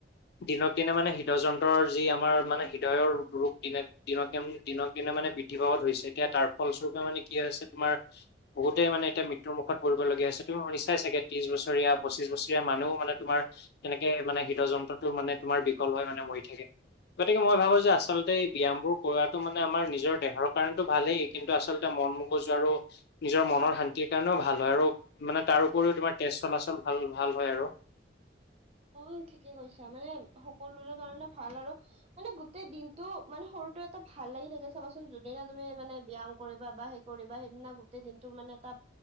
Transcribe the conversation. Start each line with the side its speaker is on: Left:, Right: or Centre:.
Left: দিনক- দিনে মানে হৃদয় যন্ত্ৰৰ যি আমাৰ মানে হৃদয়ৰ ৰোগ দিনে দিনকে -দিনক মানে বৃদ্ধি পাব ধৰিছে, এতিয়া তাৰ ফলস্বৰূপে মানে কি হৈছে তোমাৰ! বহুতেই মানে এতিয়া মৃত্যু মুখত পৰিবলগীয়া হৈছে! তুমি শুনিছাই চাই চ ত্ৰিশ বছৰীয়া, পঁচিছ বছৰীয়া মানুহ মানে তোমাৰ তেনেকে মানে, হৃদ যন্ত্ৰটো মানে তোমাৰ বিকল হয় মানে মৰি থাকে! গতিকে, মই ভাবো যে আচলতে এই ব্যায়ামবোৰ কৰোৱাটো মানে আমাৰ নিজৰ, বেমাৰৰ কাৰণে টো ভালেই, কিন্তু আচলতে মন মগজু আৰু, নিজৰ মনৰ শান্তিৰ কাৰণেও ভাল হয়! আৰু মানে তাৰ উপৰিও তোমাৰ তেজ চলাচল ভাল, ভাল হয়! আৰু
Right: উম, ঠিকে কৈছা! মানে সকলোৰে কাৰণে ভাল! আৰু, মানে, গোটেই দিনটো মানে সৰুটো এটা ভাল লাগি থাকে! চাবাচোন যোনদিনা তুমি মানে ব্যায়াম কৰিবা! বা, কৰিবা, সেইদিনা গোটেই দিনটো মানে তাত